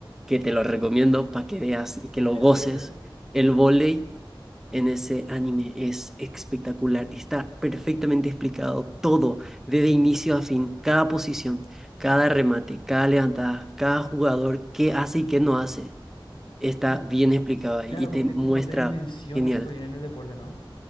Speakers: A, in the centre; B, on the left.
A: que te lo recomiendo para que veas y que
B: Ok,
A: lo goces.
B: ok, ok.
A: El vóley en ese anime es espectacular. Está perfectamente explicado todo, desde inicio a fin, cada posición, cada remate, cada levantada, cada jugador, qué hace y qué no hace. Está
B: Cla-
A: bien explicado ahí
B: claro,
A: y
B: como
A: te
B: que
A: muestra
B: tipo te dimensiona
A: genial.
B: súper bien en el deporte, ¿no?